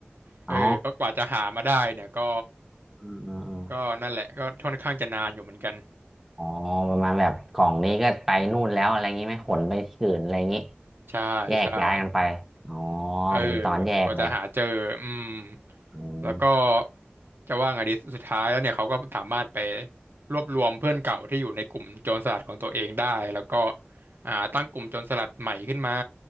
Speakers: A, on the right; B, in the centre.
A: เออก็กว่าจะหามาได้เนี่ยก็
B: อ๋อเออเออเออ
A: ก็นั่นแหละก็ค่อนข้างจะนานอยู่เหมือนกัน
B: อ๋อประมาณแบบกล่องนี้ก็ไปนู่นแล้วอะไรงี้ไหมขนไปที่อื่นอะไรงี้
A: ใช่ใช่
B: แยกย้ายกันไปอ๋อ
A: เออ
B: เป็นตอนแยกเลย
A: กว่าจะหาเจออืม
B: อืม
A: แล้วก็จะว่าไงดีสุดท้ายแล้วเนี่ยเขาก็สามารถไปรวบรวมเพื่อนเก่าที่อยู่ในกลุ่มโจรสลัดของตัวเองได้แล้วก็อ่าตั้งกลุ่มโจรสลัดใหม่ขึ้นมา